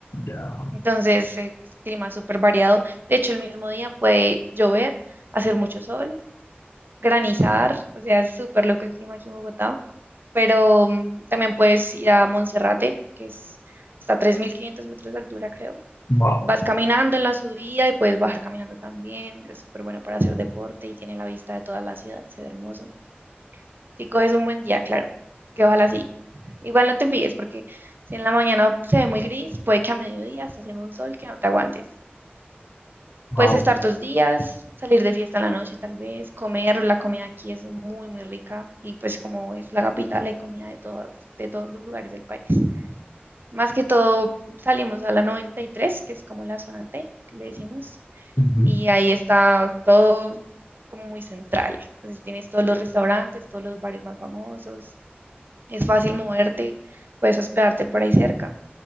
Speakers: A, on the left; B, on the right.
A: Ya.
B: Entonces, el clima es súper variado. De hecho, el mismo día puede llover, hacer mucho sol, granizar, o sea, es súper loco el clima aquí en Bogotá pero mm, también puedes ir a Monserrate, que es, está a 3.500 metros de altura, creo.
A: Wow,
B: Vas caminando en la subida y puedes bajar caminando también. Es súper bueno para hacer deporte y tiene la vista de toda la ciudad, se ve hermoso. Si coges un buen día, claro, que ojalá sí. Igual no te fíes porque si en la mañana se ve muy gris, puede que a mediodía esté haciendo un sol que no te aguantes.
A: wow.
B: Puedes estar dos días, salir de fiesta en la noche tal vez, comer, la comida aquí es muy, muy rica y pues como es la capital, hay comida de todas, de todos los lugares del país. Más que todo salimos a la 93, que es como la zona T, que le decimos,
A: Ujú.
B: y ahí está todo como muy central. Entonces tienes todos los restaurantes, todos los bares más famosos, es fácil moverte, puedes hospedarte por ahí cerca.